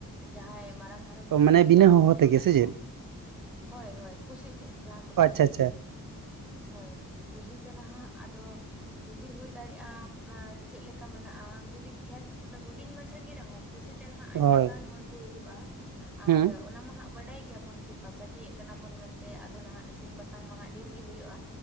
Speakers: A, in the centre; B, on the right.
A: ᱡᱟᱦᱟᱸᱭ ᱢᱟᱨᱟᱝ ᱜᱷᱟᱨᱚᱸᱡᱽ
B: ᱢᱟᱱᱮ
A: ᱢᱮᱱᱟᱜ ᱛᱟᱠᱚᱣᱟ
B: ᱵᱤᱱᱟᱹ ᱦᱚᱦᱚ
A: ᱩᱱᱠᱩ
B: ᱛᱮᱜᱮ
A: ᱨᱮᱱ
B: ᱥᱮ
A: ᱦᱚᱸ
B: ᱪᱮᱫ
A: ᱦᱳᱭ ᱦᱳᱭ ᱠᱩᱥᱤᱛᱮ ᱡᱟᱦᱟᱸ ᱠᱚ
B: ᱟᱪᱪᱷᱟ
A: ᱞᱟᱹᱭᱟ
B: ᱟᱪᱪᱷᱟ
A: ᱦᱳᱭ ᱠᱩᱥᱤᱛᱮ ᱱᱟᱦᱟᱜ ᱟᱫᱚ ᱡᱩᱫᱤ ᱦᱩᱭ ᱫᱟᱲᱮᱭᱟᱜᱼᱟ ᱪᱮᱫ ᱞᱮᱠᱟ ᱢᱮᱱᱟᱜᱼᱟ? ᱡᱩᱫᱤ ᱠᱷᱮᱛ ᱦᱩᱰᱤᱧ ᱢᱟᱪᱷᱟ ᱜᱮ ᱨᱮᱦᱚᱸ ᱠᱩᱥᱤᱛᱮ ᱱᱟᱜ ᱟᱭᱢᱟ
B: ᱦᱳᱭ
A: ᱜᱟᱱ ᱦᱚᱲ ᱠᱚ ᱦᱤᱡᱩᱜᱼᱟ᱾
B: ᱦᱩᱸ
A: ᱟᱨ ᱚᱱᱟ ᱢᱟ ᱦᱟᱸᱜ ᱵᱟᱰᱟᱭ ᱜᱮᱭᱟᱵᱚᱱ ᱠᱤ ᱯᱟᱪᱟᱴᱤᱭᱮᱫ ᱠᱟᱱᱟ ᱵᱚᱱ ᱢᱮᱱᱛᱮ ᱟᱫᱚ ᱱᱟᱦᱟᱜ ᱤᱥᱤᱱ ᱵᱟᱥᱟᱝ ᱢᱟ ᱦᱟᱸᱜ ᱰᱷᱮᱨ ᱜᱮ ᱦᱩᱭᱩᱜᱼᱟ